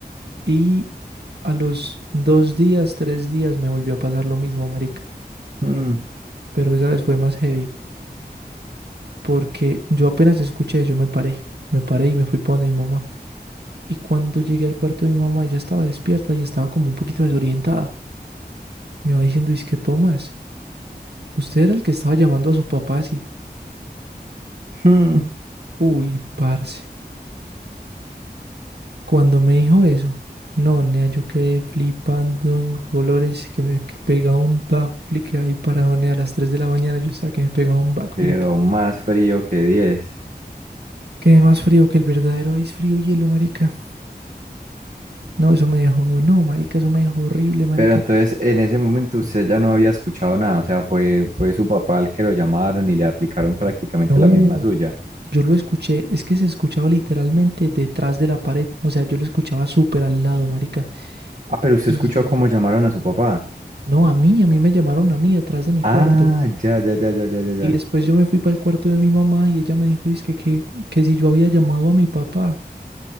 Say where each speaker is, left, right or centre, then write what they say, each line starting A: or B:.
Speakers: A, on the right; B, on the right.
A: Y a los dos días, tres días, me volvió a pasar lo mismo, marica.
B: Mm,
A: Pero esa vez fue más heavy. Porque yo apenas escuché, yo me paré. Me paré y me fui para donde mi mamá. Y cuando llegué al cuarto de mi mamá, ella estaba despierta y estaba como un poquito desorientada. Me va diciendo, que Tomás, usted era el que estaba llamando a su papá así.
B: mm.
A: Uy, parce. Cuando me dijo eso, no, nea, yo quedé flipando en colores que me que pegaba un backflip ahí parado, nea a las 3 de la mañana. Yo estaba que me pegaba un backflip.
B: Quedó más frío que diez
A: Quedé más frío que el verdadero ice frío hielo, marica. No, eso me dejó, no, marica, eso me dejó horrible, marica.
B: Pero entonces en ese momento usted ya no había escuchado nada, o sea, fue, fue su papá el que lo llamaron y le aplicaron prácticamente
A: No.
B: la misma suya.
A: Yo lo escuché, es que se escuchaba literalmente detrás de la pared, o sea, yo lo escuchaba súper al lado, marica.
B: Ah, pero usted
A: Y
B: escuchó cómo llamaron a su papá.
A: no, a mí, a mí me llamaron a mí detrás de mi
B: Ah,
A: cuarto.
B: ya, ya, ya, ya, ya, ya, ya.
A: Y después yo me fui para el cuarto de mi mamá y ella me dijo, dizque que, que si yo había llamado a mi papá,